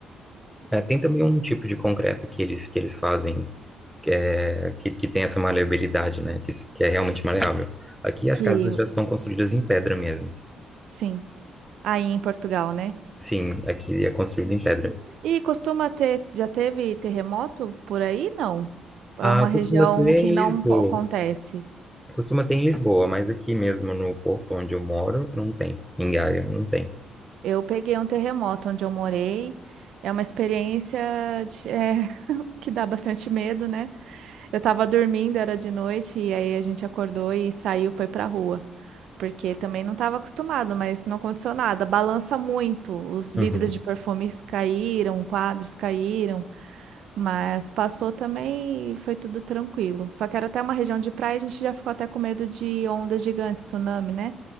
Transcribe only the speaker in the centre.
é, tem também um tipo de concreto que eles que eles fazem que, é, que, que tem essa maleabilidade, né? Que, que é realmente maleável. Aqui as
casas já são construídas em pedra mesmo.
Sim, aqui é construído em pedra.
Ah,
costuma
ter em
Lisboa.
Costuma ter em Lisboa, mas aqui mesmo no Porto onde eu moro, não tem. Em Gaia, não tem.
Uhum.